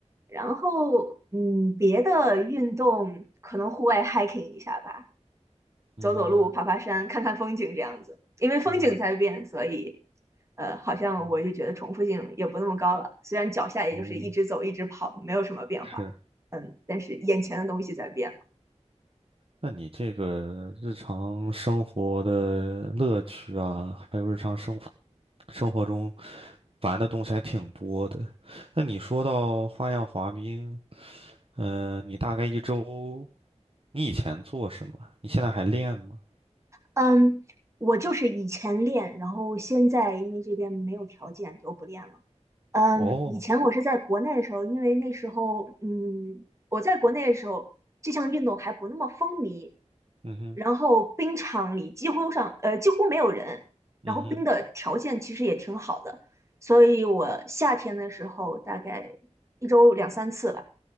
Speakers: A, on the right; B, on the right.
A: 然后，嗯，别的运动可能户外 hiking 一下吧，
B: 嗯
A: 走走路、爬爬山、看看风景这样子，因为风景在变，
B: 嗯嗯，
A: 所以，呃，好像我就觉得重复性也不那么高了。
B: 嗯
A: 虽然脚下也就是一直走、
B: 哦，
A: 一直跑，没有什么变化，
B: 是。
A: 嗯，但是眼前的东西在变。
B: 那你这个日常生活的乐趣啊，还有日常生活生活中玩的东西还挺多的。那你说到花样滑冰，嗯，你大概一周，你以前做什么？你现在还练吗？
A: 嗯，我就是以前练，然后现在因为这边没有条件就不练了。嗯，
B: 哦，
A: 以前我是在国内的时候，因为那时候，嗯，我在国内的时候，这项运动还不那么风靡，
B: 嗯哼，
A: 然后冰场里几乎上呃几乎没有人，
B: 嗯哼，
A: 然后冰的条件其实也挺好的，所以我夏天的时候大概一周两三次吧，